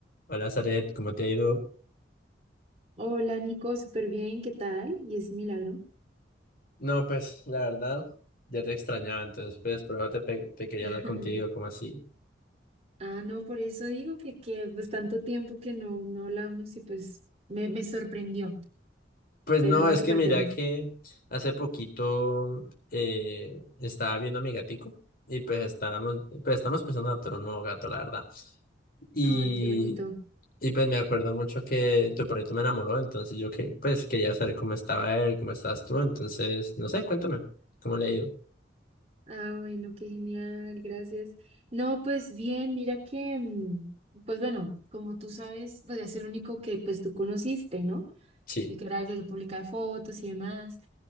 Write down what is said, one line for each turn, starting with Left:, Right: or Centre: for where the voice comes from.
Left: Hola, Zaret, ¿cómo te ha ido?
Right: Hola Nico, súper bien, ¿qué tal? ¿Y ese milagro?
Left: No, pues la verdad, ya te extrañaba, entonces pues por eso te, pe- te quería
Right: <laughs>
Left: hablar contigo, ¿Cómo así?
Right: Ah, no, por eso digo que, que pues tanto tiempo que no, no hablamos y pues me, me sorprendió,
Left: Pues
Right: pero
Left: no,
Right: no
Left: es
Right: súper
Left: que mira
Right: feliz.
Left: que hace poquito eh, estaba viendo a mi gatico y pues estábamos, pues estamos pensando en adoptar un nuevo gato, la verdad. Y,
Right: Ay, qué bonito.
Left: y pues me acuerdo mucho que tu perrito me enamoró, entonces yo que, pues quería saber cómo estaba él, cómo estás tú, entonces, no sé, cuéntame, ¿cómo le ha ido?
Right: Ah, bueno, qué genial, gracias. No, pues bien, mira que, mm, pues bueno, como tú sabes, pues es el único que pues tú conociste, ¿no?
Left: Sí,
Right: y literal, yo, yo publicaba fotos y demás,